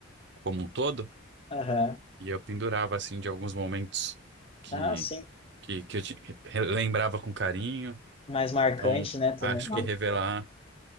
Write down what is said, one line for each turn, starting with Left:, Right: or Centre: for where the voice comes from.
Right: como um todo.
Left: Aham.
Right: E eu pendurava, assim, de alguns momentos que,
Left: Ah, sim,
Right: que, que eu te- relembrava com carinho.
Left: mais marcante,
Right: Então,
Left: né, também.
Right: acho que revelar